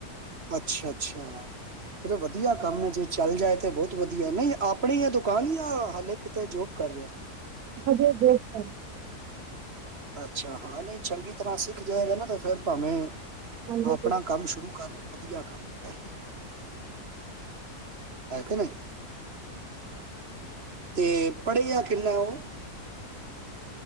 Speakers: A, on the right; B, on the right.
A: ਅੱਛਾ- ਅੱਛਾ ਉਹ ਵਧੀਆ ਕੰਮ ਹੈ ਜੇ ਚੱਲ ਜਾਏ ਤੇ ਬਹੁਤ ਵਧੀਆ ਨਹੀਂ ਆਪਣੀ ਆ ਦੁਕਾਨ ਹੀ ਆ ਹਲੇ ਕਿਤੇ ਜੋਬ ਕਰ ਰਿਹਾ।
B: ਅਜੇ ਜੋਬ ਕਰ ਰਿ
A: ਅੱਛਾ ਹਾਂ ਨਹੀਂ ਚੰਗੀ ਤਰ੍ਹਾਂ ਸਿੱਖ ਜਾਏਗਾ ਨਾ ਤੇ ਫਿਰ ਭਾਵੇਂ
B: ਹਾਂਜੀ
A: ਆਪਣਾ ਕੰਮ ਸ਼ੁਰੂ ਕਰ ਲੈ ਵਧੀਆ ਕੰਮ ਹੈਗਾ। ਹੈ ਕਿ ਨਹੀਂ। ਤੇ ਪੜ੍ਹਿਆਿ ਕਿੰਨਾ ਉਹ